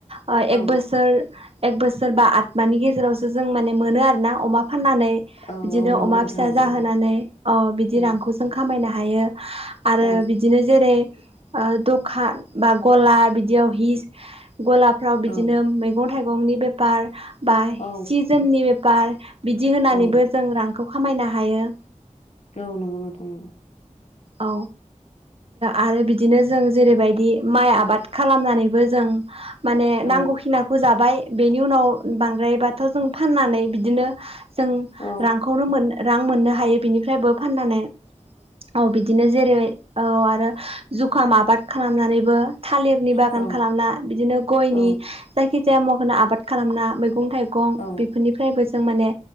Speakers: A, on the right; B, on the left.
A: ओ
B: औ
A: एक बोसोर एक बोसोर बा आथमानि गेजेरावसो जों माने मोनो आरो ना अमा फाननानै
B: औ
A: बिदिनो
B: औ नंगौ
A: अमा
B: नोंथां
A: फिसा
B: नंगौ
A: जाहोनानै
B: नंगौ
A: अ बिदिनो
B: औ
A: रांखौ जों खामायनो हयो‌ आरो
B: औ
A: बिदिनो बिदिनो जेरै ओ दखा बा गला बिदियाव हि गला फ्राव बिदिनो
B: औ
A: मैगं थाइगंनि बेफार बा
B: औ
A: सि जोमनि बेपार बिदि होनानैबो
B: औ
A: जों रांखौ खामायनो‌ हायो।
B: औ नंगौ नोंथां ओं।
A: औ आरो बिदिनो जों जेरैबायदि माइ आबाद खालामनानैबो जों माने
B: औ
A: नांगौखिनाखो जाबाय बेनि उनाव बांद्रायबाथ' जों फाननानै बिदिनो जों
B: औ
A: रांखौनो मोन रां मोननो हायो बिनिफ्रायबो फाननानै। औ बिदिनो जेरै औ आरो जुखाम आबाद खालामनानैबो थालिरनि बागान
B: औ
A: खालामना बिदिनो गयनि
B: औ
A: जायखि जाया मुवाखोनो आबाद खालामना मैगं मैगं थाइगं
B: औ
A: बेफोरनिफ्रायबो जों माने